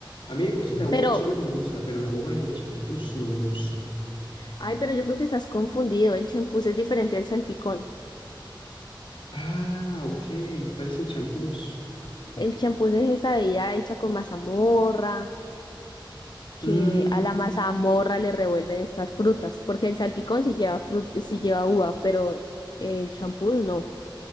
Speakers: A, on the left; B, on the left.
A: A mí de por sí la uva
B: Pero,
A: sola me gusta, pero la uva en el champús no me gusta.
B: ay, pero yo creo que estás confundido. El champús es diferente al salpicón.
A: Ah, ok. ¿Cuál es el champús?
B: El champús es esa bebida hecha con mazamorra, que
A: Mm,
B: a la mazamorra le revuelven estas frutas, porque el salpicón sí lleva fru- sí lleva uva, pero el champús no.